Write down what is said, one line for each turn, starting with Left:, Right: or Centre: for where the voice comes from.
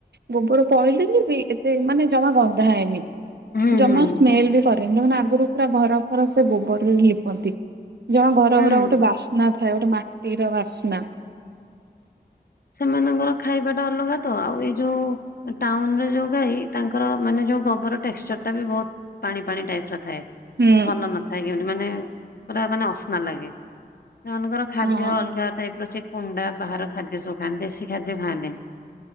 Right: ଗୋବର ପହିଲି ଯିବି ଏତେ ମାନେ ଜମା ଗନ୍ଧାଏନି
Left: ହୁଁ
Right: ଜମା
Left: ହୁଁ
Right: ସ୍ମେଲ ବି କରେନି ଦେଖୁନୁ ଆଗରୁ ପୁରା ଘର ଫର ସେ ଗୋବରରେ ଲିପନ୍ତି ଜଣ ଘରରା
Left: ହୁଁ
Right: ଗୋଟେ ବାସ୍ନା ଥାଏ ଗୋଟେ ମାଟିର ବାସ୍ନା
Left: ସେମାନଙ୍କର ଖାଇବାଟା ଅଲଗା ତ। ଆଉ ଏଇ ଯୋଉ ଟାଉନରେ ଯୋଉ ଗାଈ ତାଙ୍କର ମାନେ ଯୋଉ ଗୋବର ଟେକ୍ସଚର ଟା ବି ବହୁତ ପାଣି ପାଣି ଟାଇପସରଥାଏ।
Right: ହୁଁ
Left: ଭଲ ନଥାଏ କେମିତି ମାନେ <inaudible> ପୁରା ମାନେ ଅସ୍ନା ଲାଗେ <inaudible> ସେମାନଙ୍କର ଖାଦ୍ୟ
Right: ହଁ
Left: ଅଲଗା ଟାଇପ ର ସେ କୁଣ୍ଡା ବାହାର ଖାଦ୍ୟ ସବୁ ଖାଆନ୍ତି ଦେଶୀ ଖାଦ୍ୟ ଖାଆନ୍ତେନି।